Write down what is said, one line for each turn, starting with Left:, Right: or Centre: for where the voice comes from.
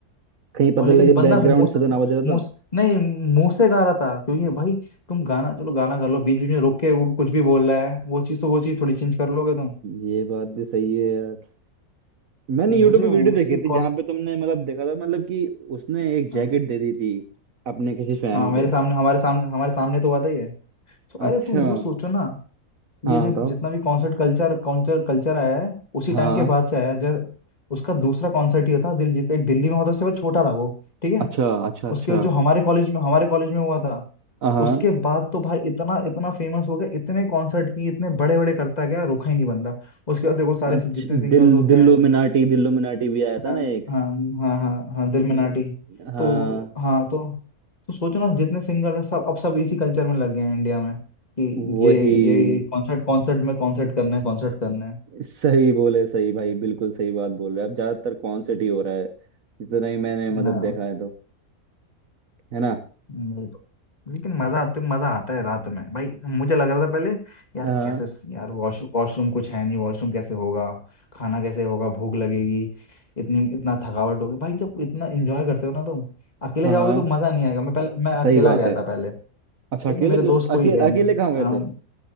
Right: कहीं पता
Left: और लेकिन
Right: लगे
Left: बंदा
Right: बैकग्राउंड
Left: मुंह
Right: से
Left: से
Right: तो ना बज रहा
Left: मुंह
Right: था
Left: से- नहीं मुंह से गा रहा था क्योंकि भाई तुम गाना चलो गाना कर लो बीच बीच में रोक के वो कुछ भी बोल रहा है वो चीज तो वो चीज थोड़ी चेंज कर लोगे तुम
Right: ये बात भी सही है यार मैंने यूट्यूब
Left: मुझे
Right: पे
Left: उसके
Right: वीडियो देखी थी
Left: कॉल
Right: जहां पे तुमने मतलब देखा था मतलब कि उसने एक जैकेट
Left: हाँ
Right: दे दी थी अपने किसी फैन
Left: हाँ मेरे
Right: को
Left: सामने हमारे सामने हमारे सामने तो बात ही है तो अरे
Right: अच्छा
Left: तुम वो सोचो ना ये
Right: हाँ
Left: जो
Right: बताओ
Left: जितना भी कॉन्सर्ट कल्चर कल्चर कल्चर आया है उसी
Right: हाँ
Left: टाइम के बाद से आया है जब उसका दूसरा कॉन्सर्ट ही था दिल एक दिल्ली में होता उससे वो छोटा था वो ठीक है
Right: अच्छा अच्छा
Left: उसके
Right: अच्छा
Left: बाद जो हमारे कॉलेज में हमारे कॉलेज में हुआ था
Right: हाँ
Left: उसके बाद तो भाई इतना इतना फेमस हो गया इतने कॉन्सर्ट किए इतने बड़े बड़े करता गया रुका ही नहीं बंदा उसके बाद देखो सारे
Right: अच्छा
Left: जितने सिंगर्स
Right: दिल
Left: होते
Right: दिल्लुमिनाटी
Left: हैं
Right: दिल्लुमिनाटी भी आया
Left: हाँ
Right: था ना एक
Left: हाँ हाँ हाँ हाँ दिल
Right: दिल,
Left: में नाटी
Right: हाँ
Left: तो हाँ तो तो सोचो ना जितने सिंगर हैं सब अब सब इसी कल्चर में लग गए हैं इंडिया में कि
Right: वही
Left: ये ये ये कॉन्सर्ट कॉन्सर्ट में कॉन्सर्ट करना है कॉन्सर्ट करना है
Right: सही बोले सही भाई बिल्कुल सही बात बोल रहे हैं अब ज्यादातर कॉन्सर्ट ही हो रहा है जितना ही मैंने मतलब
Left: हाँ।
Right: देखा है तो है ना
Left: ये तो- लेकिन मजा आते मजा आता है रात में भाई मुझे लग रहा था पहले यार
Right: हाँ
Left: कैसे यार वॉश वॉशरूम कुछ है नहीं वॉशरूम कैसे होगा खाना कैसे होगा भूख लगेगी इतनी इतना थकावट होगी भाई जब इतना एंजॉय करते हो ना तुम अकेले
Right: हाँ
Left: जाओगे
Right: हाँ, हाँ।
Left: तो मजा नहीं आएगा मैं पहले मैं
Right: सही
Left: अकेला
Right: बात
Left: गया
Right: है
Left: था पहले ठीक
Right: अच्छा अकेले
Left: है मेरे दोस्त कोई
Right: अकेले
Left: गया नहीं
Right: अकेले कहाँ
Left: हाँ
Right: गए थे